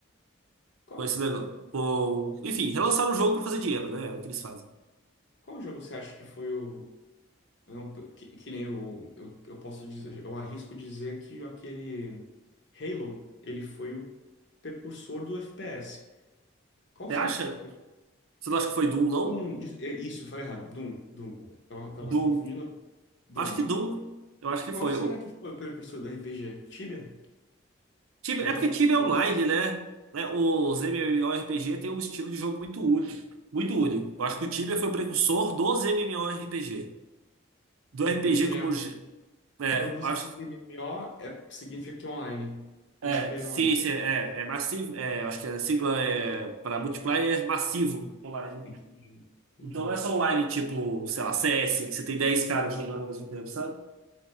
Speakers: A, on the left; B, on the right.
A: Qual,
B: Com esse negócio. Com... Enfim, relançaram o jogo pra fazer dinheiro, né? É o que eles fazem.
A: qual jogo você acha que foi o. não, que, que nem o. Eu, eu posso dizer, eu arrisco dizer que aquele Halo, ele foi o precursor do FPS. Qual
B: Você
A: será
B: acha?
A: que foi o filme?
B: Você não acha que foi Doom, não?
A: Doom, dis- é, isso, eu falei errado. Doom, Doom. Tava, tava
B: Doom.
A: confundindo. Doom,
B: Acho
A: né?
B: que Doom. Eu acho que
A: Qual
B: foi.
A: será que foi o precursor do RPG? Tibia?
B: Tibia,
A: Ou teve
B: é porque
A: algum
B: Tibia
A: que veio
B: é online,
A: antes do Tibia?
B: né? Né, Os MMORPG tem um estilo de jogo muito único, muito único. Eu acho que o Tibia foi o precursor dos MMORPG. Do RPG
A: MMO.
B: como gê- é,
A: Quando você
B: eu acho
A: diz
B: que
A: MMO, é, significa que é online.
B: é,
A: Multiplayer
B: sim,
A: online.
B: sim, é, é massivo, é, eu acho que a sigla é para multiplayer massivo online.
A: Entendi. Entendi.
B: Então não é só online tipo, sei lá, CS, que você tem 10 caras jogando ao mesmo tempo, sabe?